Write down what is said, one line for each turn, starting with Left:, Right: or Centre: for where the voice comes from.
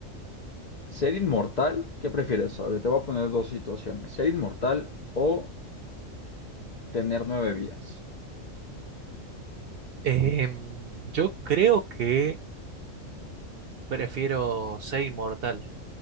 Left: ¿Ser inmortal? ¿Qué prefieres? A ver, te voy a poner dos situaciones. ¿Ser inmortal o tener nueve vidas?
Right: Em, yo creo que prefiero ser inmortal,